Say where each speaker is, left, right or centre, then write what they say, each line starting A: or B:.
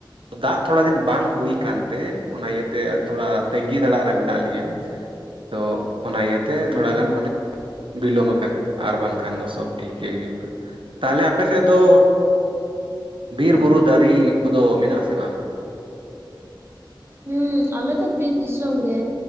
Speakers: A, on the right (about 80°); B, on the right (about 30°).
A: ᱫᱟᱜ ᱛᱷᱚᱲᱟ ᱫᱤᱱ ᱵᱟᱝ ᱦᱩᱭ ᱠᱟᱱ ᱛᱮ ᱚᱱᱟ ᱤᱭᱟᱹᱛᱮ ᱛᱷᱚᱲᱟ ᱛᱟᱹᱜᱤ ᱛᱟᱲᱟᱜ ᱨᱮ ᱢᱮᱱᱟᱜ ᱞᱮᱭᱟ ᱾ ᱛᱚ ᱚᱱᱟ ᱤᱭᱟᱹᱛᱮ
B: ᱦᱩᱸ
A: ᱛᱷᱚᱲᱟ ᱜᱟᱱ ᱢᱟᱱᱮ ᱵᱤᱞᱚᱢ ᱠᱟᱱᱟ ᱟᱨ ᱵᱟᱝᱠᱷᱟᱱ ᱫᱚ ᱥᱚᱵ ᱴᱷᱤᱠᱮ ᱜᱮ ᱢᱮᱱᱟᱜᱼᱟ, ᱛᱟᱦᱞᱮ ᱟᱯᱮ ᱥᱮᱫ ᱫᱚ ᱵᱤᱨ ᱵᱩᱨᱩ ᱫᱟᱨᱤ ᱠᱚᱫᱚ ᱢᱮᱱᱟᱜ ᱟᱥᱮ ᱵᱟᱝᱼᱟ ᱾
B: ᱦᱩᱸ ᱟᱞᱮ ᱫᱚ ᱵᱤᱨ ᱫᱤᱥᱚᱢ ᱜᱮ